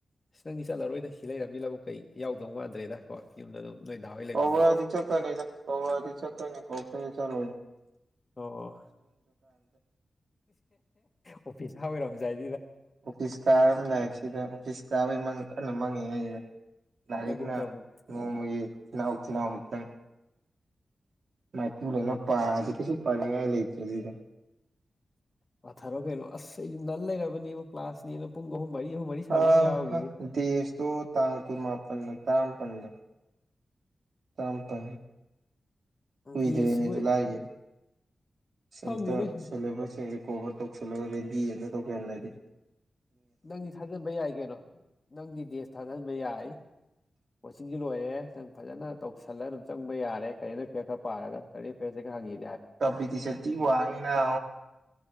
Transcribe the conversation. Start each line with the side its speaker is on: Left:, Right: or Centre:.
Left: ꯑꯁ ꯅꯪꯗꯤ ꯆꯠꯂꯔꯣꯏꯗ ꯁꯤ ꯂꯩꯔꯝꯅꯤ ꯂꯕꯨꯛ ꯀꯩ ꯌꯥꯎꯗꯧ ꯃꯥꯟꯗ꯭ꯔꯦꯗꯀꯣ ꯌꯨꯝꯗ ꯑꯗꯨꯝ ꯅꯣꯏ ꯗꯥ ꯍꯣꯏ ꯂꯩꯕꯅꯤꯅ
Right: ꯀꯧꯔꯗꯤ ꯆꯀꯅꯤ ꯀꯧꯥꯗꯤ ꯆꯀꯅꯤ ꯀꯧꯈ ꯆꯂ
Left: ꯑꯣ ꯑꯣꯐꯤꯁ ꯑꯣꯏꯔꯣꯝꯖꯏ
Right: ꯑꯣꯐꯤꯁ ꯀꯥꯔ ꯑꯃꯗꯥꯏ ꯁꯤꯗ ꯑꯣꯐꯤꯁ ꯀꯥꯕꯒꯤ ꯀꯟꯅ ꯃꯪꯉꯤ ꯍꯥꯏꯁꯤꯗ ꯂꯥꯏꯔꯤꯛꯅ
Left: ꯂꯧꯕꯨꯛꯇ ꯑꯃꯨꯛ
Right: ꯅꯣꯡꯃꯒꯤ ꯊꯤꯜꯅꯥꯎ ꯊꯤꯜꯅꯥꯎ ꯑꯃꯨꯛꯇꯪ ꯃꯥꯏꯄꯨꯗꯅ ꯄꯥꯗꯤ ꯀꯩꯁꯨ ꯄꯥꯅꯤꯡꯉꯥꯏ ꯂꯩꯇ꯭ꯔꯦ ꯁꯤꯗ
Left: ꯄꯊꯔꯣ ꯀꯩꯅꯣ ꯑꯁ ꯑꯩ ꯅꯟ ꯂꯩꯔꯕꯅꯦꯕ ꯀ꯭ꯂꯥꯁꯅꯦꯅ ꯄꯨꯡ ꯑꯍꯨꯝ ꯃꯔꯤ ꯑꯍꯨꯝ ꯃꯔꯤ ꯁꯥꯡꯕ
Right: ꯑ
Left: ꯑꯃ ꯌꯥꯎꯔꯤꯌꯦ
Right: ꯗꯦꯁꯇꯣ ꯇꯥꯡ ꯀꯨꯟꯃꯥꯄꯜꯗ ꯇꯔꯥꯃꯥꯄꯜꯗ ꯇꯄ ꯀꯨꯏꯗꯅꯤꯗꯨ
Left: ꯗꯦꯁꯁꯤꯕꯨ
Right: ꯂꯥꯏꯦ ꯁꯝꯇ
Left: ꯈꯪꯗꯦꯅꯦ
Right: ꯁꯤꯂꯦꯕꯁꯁꯤꯡ ꯔꯤꯀꯣꯚꯔ ꯇꯧꯁꯤꯜꯂꯒ ꯔꯦꯗꯤ ꯑ ꯑꯃꯇ ꯇꯧꯁꯤꯜꯍꯜꯂꯔꯤ
Left: ꯅꯪꯗꯤ ꯊꯥꯖꯟꯕ ꯌꯥꯏ ꯀꯩꯅꯣ ꯅꯪꯗꯤ ꯗꯦꯁ ꯊꯥꯖꯟꯕ ꯌꯥꯏ ꯀꯣꯆꯤꯡꯁꯤ ꯂꯣꯏꯔꯦ ꯅꯪ ꯐꯖꯅ ꯇꯧꯁꯤꯜꯂꯒ ꯑꯗꯨꯝ ꯆꯪꯕ ꯌꯥꯔꯦ ꯀꯔꯤꯅ ꯐꯤꯔ ꯈꯔ ꯄꯥꯔꯒ ꯀꯔꯤ ꯐꯤꯔꯁꯦ ꯈꯔ ꯍꯪꯉꯤ
Right: ꯀꯄꯤ ꯇ ꯁꯇꯤ ꯋꯥꯡꯅ